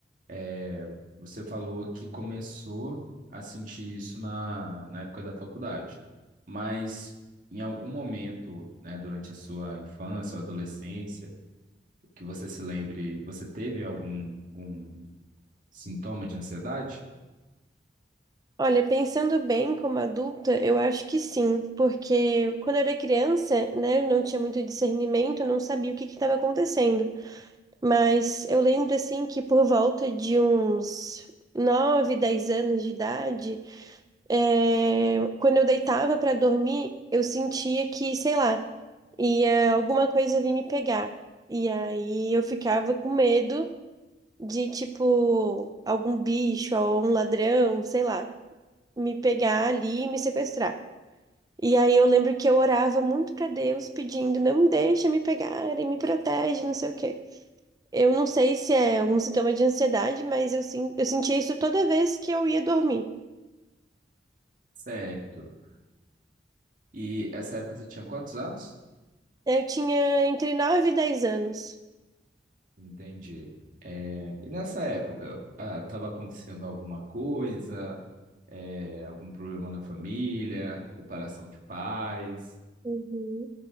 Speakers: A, on the right; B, on the right.
A: É, você falou que começou a sentir isso na, na época da faculdade, mas em algum momento, né, durante a sua infância ou adolescência, que você se lembre, você teve algum, algum sintoma de ansiedade?
B: Olha, pensando bem como adulta, eu acho que sim, porque quando eu era criança, né, eu não tinha muito discernimento, eu não sabia o que que estava acontecendo. Mas eu lembro assim que por volta de uns 9 10 anos de idade, É, quando eu deitava para dormir, eu sentia que, sei lá, ia alguma coisa vir me pegar. E aí eu ficava com medo de, tipo, algum bicho ou um ladrão, sei lá, me pegar ali e me sequestrar. E aí eu lembro que eu orava muito para Deus pedindo, não me deixa me pegarem, me protege, não sei o quê. Eu não sei se é algum sintoma de ansiedade, mas eu, sim, eu sentia isso toda vez que eu ia dormir.
A: Certo. E essa época você tinha quantos anos?
B: Eu tinha entre 9 e 10 anos.
A: Entendi. É, e nessa época, estava acontecendo alguma coisa, É, algum problema na família, separação de pais?
B: Uhum.